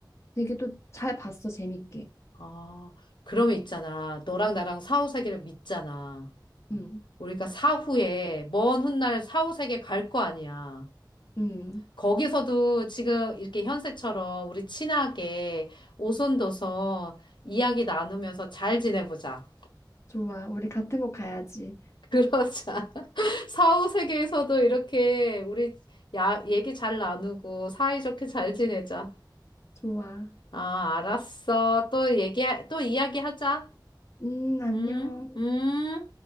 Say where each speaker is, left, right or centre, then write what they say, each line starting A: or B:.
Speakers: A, on the left (about 35°); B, on the left (about 75°).
A: 되게 또 잘 봤어. 재밌게.
B: 아, 그러면 있잖아. 너랑 나랑 사후세계를 믿잖아.
A: 음.
B: 우리가 사후에, 먼 훗날 사후세계 갈 거 아니야.
A: 음.
B: 거기서도 지금 이렇게 현세처럼 우리 친하게 오손도손 이야기 나누면서 잘 지내보자.
A: 좋아. 우리 같은 곳 가야지.
B: 그러자. <laughs> 사후세계에서도 이렇게 우리 야, 얘기 잘 나누고 사이좋게 잘 지내자.
A: 좋아.
B: 아, 알았어. 또 얘기, 또 이야기하자.
A: 음, 안녕.
B: 응? 응?